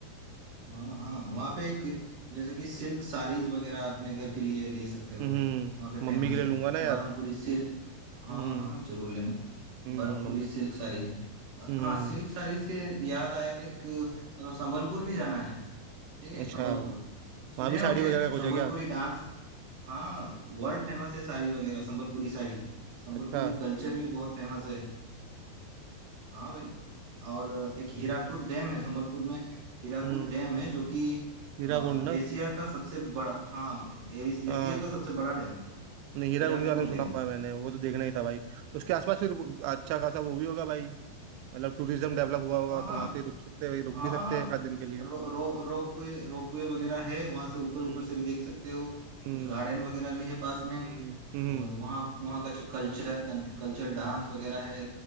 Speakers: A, on the right (about 55°); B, on the right (about 90°).
A: हाँ हाँ वहाँ पे एक जैसे कि सिल्क साड़ीज वगैरह अपने घर के लिए ले सकते हो
B: हम्म
A: वहाँ पे फेमस
B: मम्मी के लिए
A: है
B: लूंगा ना यार
A: बरमपुरी सिल्क हाँ
B: हम्म
A: हाँ जरूर लेना
B: हम्म
A: बरमपुरी
B: मम्मी
A: सिल्क
B: के लिए
A: साड़ीज है अ-
B: हम्म
A: हाँ सिल्क साड़ीज के याद आया एक मतलब संबलपुर भी जाना है ठीक है
B: अच्छा
A: संबलपुर सुने
B: वहाँ भी
A: होगे
B: साड़ी वगैरह का कुछ
A: संबलपुरी
B: है क्या
A: डांस हाँ वर्ल्ड फेमस है साड़ी वगैरह संबलपुरी साड़ी संबलपुरी
B: अच्छा
A: कल्चर भी बहुत फेमस है हाँ भाई और एक हीराकुद डैम है संबलपुर में हीराकुद
B: हम्म
A: डैम है जो कि
B: हीराकुंड
A: अ,
B: ना
A: एशिया का सबसे बड़ा हाँ ए-
B: हाँ
A: एशिया का सबसे बड़ा डैम है
B: नहीं हीराकुंड
A: हीराकुद
B: के बारे में सुना
A: डैम
B: हुआ है मैंने वो तो देखना ही था भाई तो उसके आसपास फिर अच्छा खासा वो भी होगा भाई मतलब टूरिज्म डेवलप हुआ होगा
A: हाँ हाँ
B: तो वहाँ पे रुक सकते हैं भाई रुक
A: हाँ
B: भी सकते
A: हाँ
B: हैं एक आध दिन के लिए
A: रो, रो, रोपवे रोपवे वगैरह है वहां से ऊपर
B: हम्म
A: ऊपर से भी देख सकते हो
B: हम्म
A: कुछ गार्डन वगैरह भी है पास में
B: हम्म हम्म
A: और वहाँ वहाँ का जो कल्चर कल्चर डांस वगैरह है